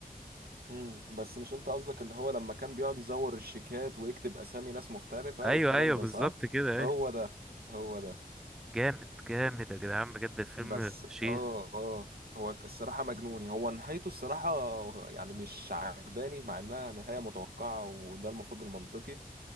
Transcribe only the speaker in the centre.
ايوه
ايوه
بالظبط
كده ايوه
جامد جامد يا جدعان بجد الفيلم
فشيخ